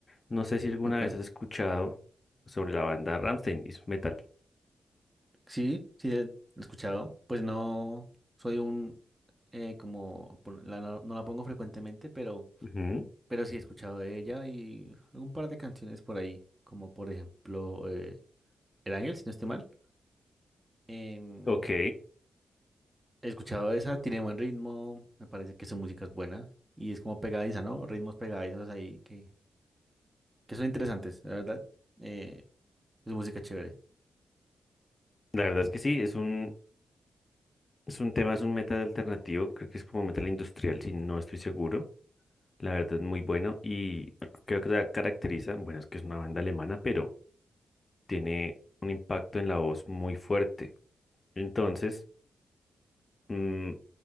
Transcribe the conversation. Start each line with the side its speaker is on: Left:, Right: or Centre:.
Left: No sé si alguna
Right: Súper.
Left: vez has escuchado sobre la banda Rammstein y su metal.
Right: Sí, sí, he escuchado. Pues no soy un, eh, como, por- la, no, no la pongo frecuentemente, pero,
Left: Ujú,
Right: pero sí he escuchado de ella y algún par de canciones por ahí, como por ejemplo eh, El Ángel, si no estoy mal. Em,
Left: Ok,
Right: he escuchado esa, tiene buen ritmo, me parece que su música es buena y es como pegadiza, ¿no? Ritmos pegadizos ahí que, que son interesantes, la verdad. Eh, es música chévere.
Left: la verdad es que sí, es un, es un tema, es un metal alternativo, creo que es como metal industrial, si no estoy seguro. La verdad es muy bueno y creo que la caracteriza, bueno, es que es una banda alemana, pero tiene un impacto en la voz muy fuerte. Entonces, mm,